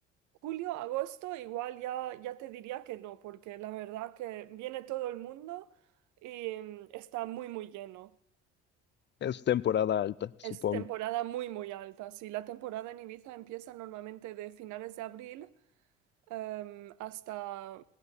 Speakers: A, on the right; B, on the left.
A: Julio, agosto, igual ya, ya te diría que no, porque la verdad que viene todo el mundo y mm, está muy, muy lleno.
B: es temporada alta, supongo.
A: Es temporada muy, muy alta. Sí, la temporada en Ibiza empieza normalmente de finales de abril em, hasta,